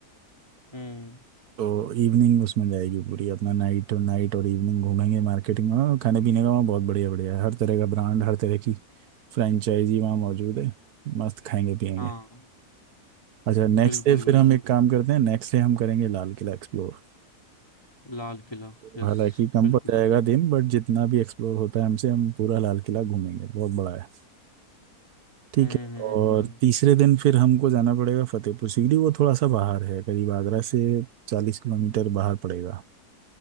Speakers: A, on the left (about 15°); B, on the right (about 80°).
A: हम्म,
B: तो इवनिंग उसमें जाएगी पूरी अपना नाइट नाइट और इवनिंग घूमेंगे मार्केटिंग में खाने पीने का वहाँ बहुत बढ़िया बढ़िया है हर तरह का ब्रांड हर तरह की फ्रेंचाइजी वहाँ मौजूद है मस्त खाएंगे पियेंगे
A: हाँ
B: अच्छा नेक्स्ट
A: बिल्कुल
B: डे
A: बिल्कुल
B: फिर हम एक काम करते हैं नेक्स्ट डे हम करेंगे लाल किला एक्सप्लोर
A: लाल किला यस
B: हालांकि कम
A: बिल्कुल
B: पड़ जाएगा दिन बट जितना भी एक्सप्लोर होता है हमसे हम पूरा लाल किला घूमेंगे बहुत बड़ा है ठीक
A: हम्म
B: है
A: हम्म
B: और
A: हम्म,
B: तीसरे दिन फिर हमको जाना पड़ेगा फतेहपुर सीकरी वो थोड़ा सा बाहर है करीब आगरा से चालीस किलोमीटर बाहर पड़ेगा